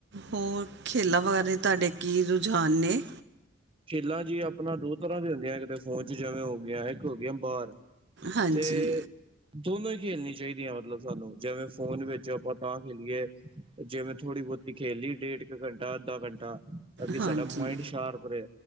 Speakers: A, on the right (about 55°); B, on the right (about 25°).
A: ਹੋਰ ਖੇਲਾਂ ਬਾਰੇ ਤੁਆਡੇ ਕੀ ਰੁਝਾਨ ਨੇ
B: ਖੇਲਾ ਜੀ ਆਪਣਾ ਦੋ ਤਰਾਂ ਦੇ ਹੁੰਦੀਆਂ ਇਕ ਤੇ ਫੋਨ 'ਚ ਜਵੇ ਹੋ ਗਈਆਂ ਇਕ ਹੋ ਗੇਆ ਬਾਰ-
A: ਹਾਂਜੀ
B: ਤੇ, ਦੋਨੋ ਈ ਖੇਲਣੀ ਚਾਈਦੀਆਂ ਮਤਲਬ ਸਾਨੂੰ ਜਿਵੇ ਫੋਨ ਵਿਚ ਆਪਾ ਤਾਂ ਖੇਲੀਏ, ਜਿਵੇ ਥੋੜੀ ਬਹੁਤੀ ਖੇਲ ਲਈ ਡੇਢ ਕੁ ਘੰਟਾ, ਅੱਧਾ ਘੰਟਾ ਤਾ ਕਿ
A: ਹਾਂਜੀ
B: ਸਾਡਾ ਮਾਇੰਡ ਸ਼ਾਰਪ ਰਏ